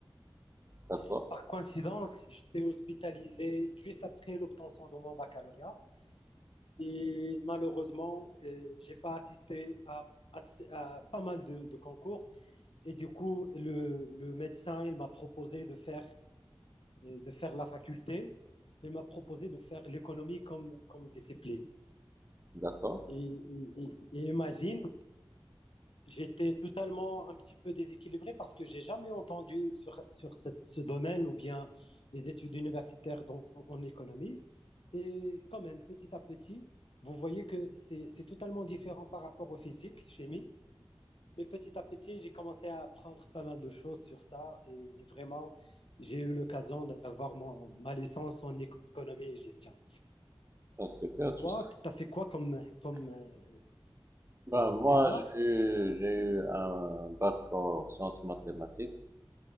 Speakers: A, on the right; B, on the left.
A: D'accord,
B: Et par coïncidence, j'étais hospitalisé juste après l'obtention de mon baccalauréat. Et malheureusement, je j'ai pas assisté à, à- à pas mal de, de concours. Et du coup, le, le médecin, il m'a proposé de faire, euh, de faire la faculté. Il m'a proposé de faire l'économie comme, comme discipline.
A: d'accord.
B: Et, et- et- et imagine, j'étais totalement un petit peu déséquilibré parce que j'ai jamais entendu sur, sur cette- ce domaine ou bien les études universitaires dans- en économie. Et quand même, petit à petit, vous voyez que c'est c'est totalement différent par rapport au physique, chimie. Mais petit à petit, j'ai commencé à apprendre pas mal de choses sur ça. Et, et vraiment, j'ai eu l'occasion d'avoir mon- ma licence en économie et gestion.
A: Ah, c'est bien
B: Et
A: tout
B: toi,
A: ça.
B: tu as fait quoi comme, comme euh,
A: Ben, moi,
B: départ?
A: j'ai eu, j'ai eu un bac en sciences mathématiques.